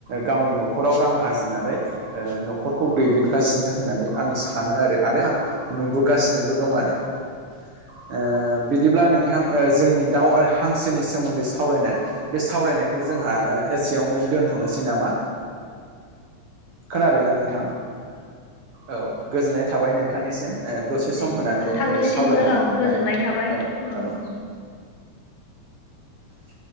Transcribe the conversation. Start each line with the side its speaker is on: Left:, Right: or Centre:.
Right: गावनि न'खराव रां आरजिनानै ओ न'खरखौ दैदेन गासिनो होननानै आं सानो आरो आरो आं नुबोगासिनोबो दं आरो ओ बिदिब्ला नोंथां ओ जोंनि दाउ आरो हांसोनि सोमोन्दै साव सावरायनाय बे सावरायनायखौ जोंहा एसेयावनो दोनथ'नोसै नामा खोनादोंना नोंथां औ गोजोननाय थाबाय नोंथांनिसिम ओ दसे
Left: दे
Right: सम होनानै
Left: नोंथांनिसिमबो
Right: ओ सावरायनायनि
Left: औ
Right: थाखाय
Left: गोजोननाय थाबाय
Right: औ
Left: उम
Right: औ
Left: उम
Right: <inaudible>